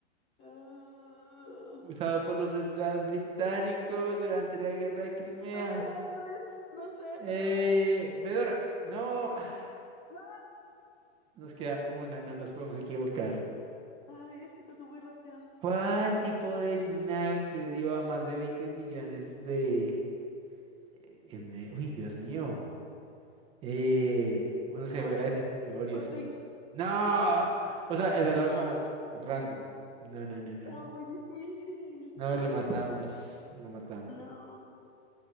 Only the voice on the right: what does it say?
Usado por los soldados británicos durante la guerra de Crimea.
Eh,
Fedora, no. ah,
Nos queda
una, no nos podemos equivocar.
¿Cuál tipo de snack se dio a más de 20 millones de... en- eh, Uy, Dios mío. Eh, bueno, se
voy a decir que Oreo,
sí.
No.
O sea,
era lo
más random. No, no, no, no.
No,
No, lo matamos. Lo matamos.